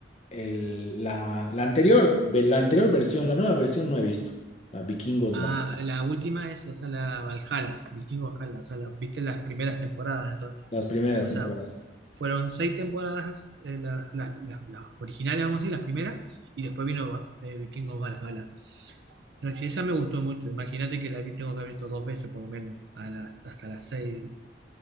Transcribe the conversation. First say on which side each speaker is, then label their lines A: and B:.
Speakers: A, on the left; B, on the right.
A: el- la, la anterior, ve- la anterior versión, la nueva versión no he visto. La Vikingos
B: Ah,
A: Back,
B: la última es, o sea, la Valhalla, Vikingo Valhalla, o sea, la- viste las primeras temporadas entonces.
A: las primeras
B: O
A: temporadas.
B: sea, fueron seis temporadas, eh, la- la- la- las originales, vamos a decir, las primeras, y después vino Va- eh, Vikingos Valhalla. No, si esa me gustó mucho, imagínate que la vi, tengo que haber visto dos veces por lo menos, a las- hasta las seis,